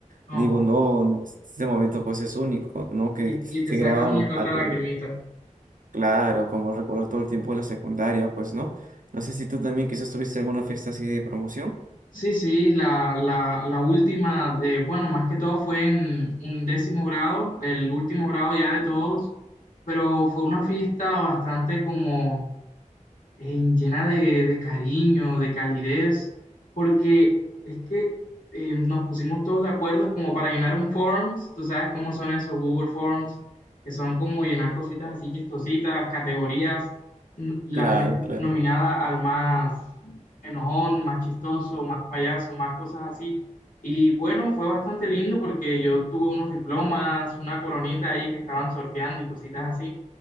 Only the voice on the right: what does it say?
Digo, no, no, este momento pues es único, ¿no? Que
se
graba
al,
al term-
Claro, como recordar todo el tiempo de la secundaria, pues, ¿no? No sé si tú también quizás tuviste alguna fiesta así de promoción.
Claro,
claro.